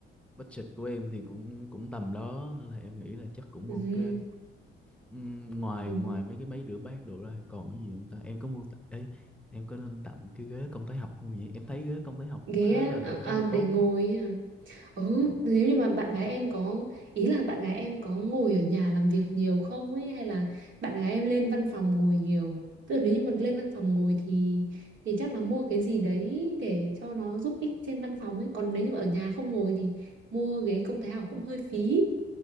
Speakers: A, in the centre; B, on the right.
A: budget của em thì cũng cũng tầm đó nên là em nghĩ là chắc cũng
B: ừ,
A: ok Ừm, ngoài
B: ừ.
A: ngoài mấy cái máy rửa bát đồ ra thì còn cái gì không ta em có mua t- ấy em có nên tặng cái ghế công thái học không vậy em thấy ghế công thái học cũng
B: ghế
A: khá
B: á,
A: là
B: à,
A: khá
B: à,
A: là
B: để
A: tốt
B: ngồi
A: á
B: ý à. Ừ, nếu như mà bạn gái em có ý là bạn gái em có ngồi ở nhà làm việc nhiều không ấy hay là bạn gái em lên văn phòng ngồi nhiều. Tức là nếu như mình lên văn phòng ngồi thì thì chắc là mua cái gì đấy để cho nó giúp ích trên văn phòng ấy, còn nếu như mà ở nhà không ngồi thì mua ghế công thái học cũng hơi phí,